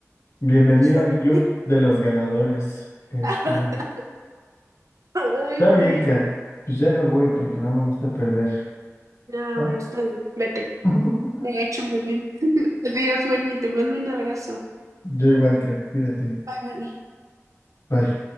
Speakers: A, on the left; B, on the right.
A: Bienvenida
B: Son-
A: al club de los ganadores. Este,
B: <laughs> Ay,
A: está
B: Juani.
A: bien, Kat. Pues ya me voy porque no me gusta perder.
B: Ah,
A: ¿va?
B: bueno, está bien. Vete.
A: <laughs>
B: Te he hecho muy bien. Adiós, Wendy. Te mando un abrazo.
A: Yo igual, Kat. Cuídate.
B: Bye, Juani.
A: Bye.